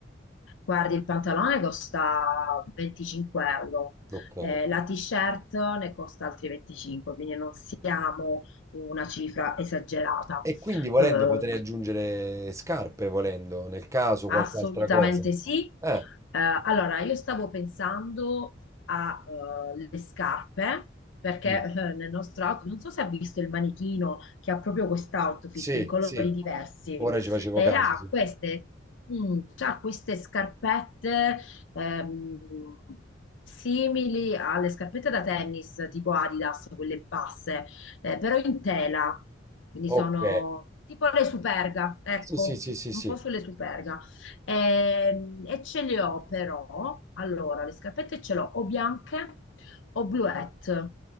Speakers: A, on the left; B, on the right.
A: Guardi, il pantalone costa 25 euro,
B: Ok.
A: eh, la t-shirt ne costa altri 25, quindi non siamo una cifra esagerata.
B: E quindi volendo
A: Eh,
B: potrei aggiungere scarpe, volendo, nel caso qualche
A: Assolutamente
B: altra cosa.
A: sì.
B: Eh,
A: Eh, allora, io stavo pensando alle scarpe, perché
B: mm.
A: eh, nel nostro outfit, non so se ha visto il manichino che ha proprio quest'outfit
B: sì,
A: in colori
B: sì.
A: diversi
B: Ora ci facevo
A: e
B: caso,
A: ha
B: sì.
A: queste, mm, c'ha queste scarpette ehm, simili alle scarpette da tennis, tipo Adidas, quelle basse, eh, però in tela, quindi
B: Ok.
A: sono tipo le Superga, ecco,
B: Sì, sì, sì, sì,
A: un
B: sì.
A: po' sulle Superga. Ehm, E, ce le ho però, allora, le scarpette ce l'ho o bianche o bluette.